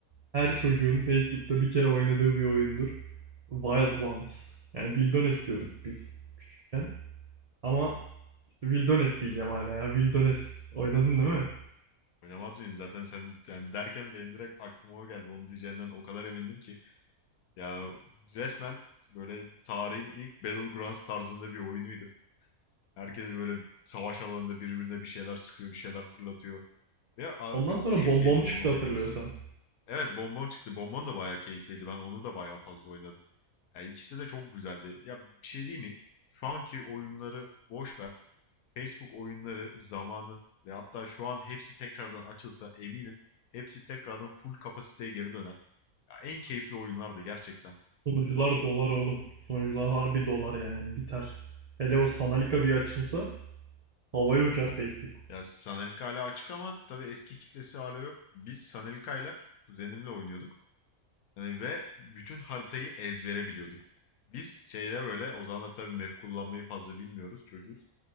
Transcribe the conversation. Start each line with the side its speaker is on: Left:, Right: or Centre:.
Right: Her çocuğun Facebook'ta bir kere oynadığı bir oyundur. Wild Ones. Yani Wildones diyorduk biz küçükken. Ama işte Wildones diyeceğim hala ya. Wildones. Oynadın değil mi?
Left: Oynamaz mıyım? Zaten sen yani derken benim direkt aklıma o geldi. Onu diyeceğinden o kadar emindim ki. Ya resmen böyle tarihin ilk Battlegrounds tarzında bir oyunuydu. Herkes böyle savaş alanında birbirine bir şeyler sıkıyor, bir şeyler fırlatıyor. Ve a,
Right: Ondan
Left: çok
Right: sonra
Left: keyifliydi
Right: Bom Bom
Left: onu
Right: çıktı
Left: oynaması.
Right: hatırlıyorsan.
Left: Evet Bonbon çıktı. Bonbon da bayağı keyifliydi. Ben onu da bayağı fazla oynadım. Yani ikisi de çok güzeldi. Ya bir şey değil mi? Şu anki oyunları boş ver. Facebook oyunları zamanın ve hatta şu an hepsi tekrardan açılsa eminim hepsi tekrardan full kapasiteye geri döner. Ya en keyifli oyunlardı gerçekten.
Right: Sunucular dolar oğlum. Sunucular harbi dolar yani biter. Hele o Sanalika bir açılsa Havaya uçar Facebook.
Left: Ya Sanalika hala açık ama tabii eski kitlesi hala yok. Biz Sanalika'yla kuzenimle oynuyorduk. Yani ve bütün haritayı ezbere biliyorduk. Biz şeyde böyle Ozan'la tabii map kullanmayı fazla bilmiyoruz çocuğuz.